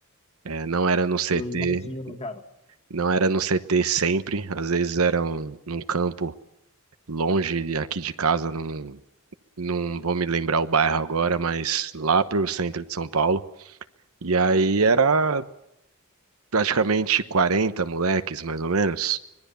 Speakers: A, on the right (about 80°); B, on the left (about 30°).
A: É, não era no CT,
B: Eu imagino, cara.
A: não era no CT sempre, às vezes era um, num campo longe de- aqui de casa, não não vou me lembrar o bairro agora, mas lá pro centro de São Paulo. E aí era praticamente 40 moleques, mais ou menos.